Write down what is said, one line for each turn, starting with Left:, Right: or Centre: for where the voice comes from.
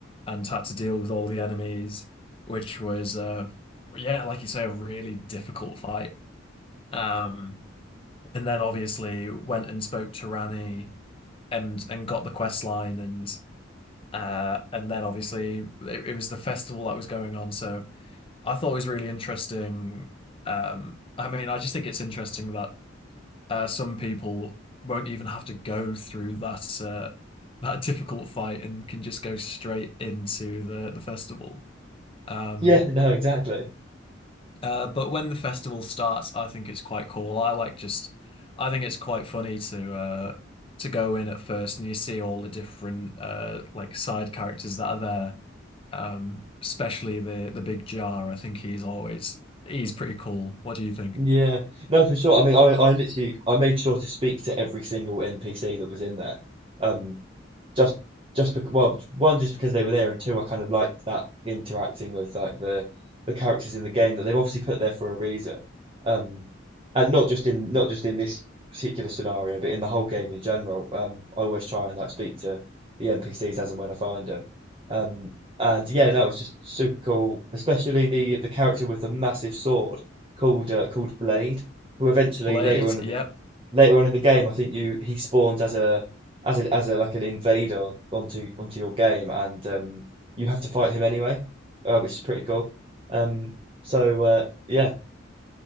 Left: and had to deal with all the enemies, which was uh, yeah, like you say, a really difficult fight. Um, and then obviously went and spoke to Rani and and got the quest line and uh, and then obviously it, it was the festival that was going on. So I thought it was really interesting. Um, I mean, I just think it's interesting that uh, some people won't even have to go through that uh, that <laughs> difficult fight and can just go straight into the the festival. Um,
Right: Yeah, <laughs> no, exactly.
Left: Uh, but when the festival starts, I think it's quite cool. I like just, I think it's quite funny to uh to go in at first and you see all the different uh like side characters that are there. Um, especially the the big jar. I think he's always he's pretty cool. What do you think?
Right: Yeah, no, for sure. I mean, I, I literally, I made sure to speak to every single NPC that was in there. Um, just just because well one just because they were there and two I kind of liked that interacting with like the the characters in the game that they've obviously put there for a reason um and not just in not just in this particular scenario but in the whole game in general um I always try and like speak to the NPCs as and when I find them um and yeah that was just super cool especially the the character with the massive sword called uh, called Blade who eventually
Left: Blade,
Right: later on in
Left: yep.
Right: the later on in the game, I think you he spawns as a as a as a like an invader on, onto onto your game, and um, you have to fight him anyway, uh, which is pretty cool. Um, so uh, yeah,